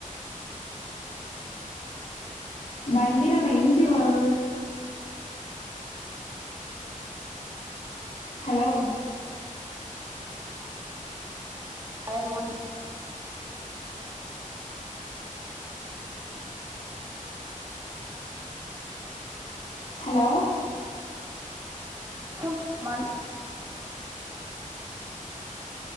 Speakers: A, on the left; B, on the right.
A: ഭയങ്കര റെയിഞ്ച് കൊറവ് ഹലോ
B: ആയത് കൊണ്ട്
A: ഹലോ
B: ഹ്‌മം മതി